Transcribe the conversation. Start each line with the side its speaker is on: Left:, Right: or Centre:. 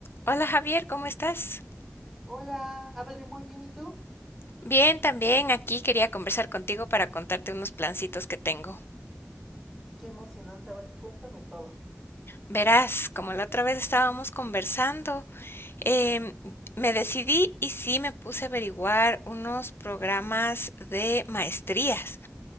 Left: Hola Javier, ¿cómo estás?
Centre: Hola, Adri, muy bien, ¿y tú?
Left: Bien, también aquí quería conversar contigo para contarte unos plancitos que tengo.
Centre: Qué emocionante, a ver, cuéntame todo.
Left: Verás, como la otra vez estábamos conversando, em, me decidí y sí me puse a averiguar unos programas de maestrías,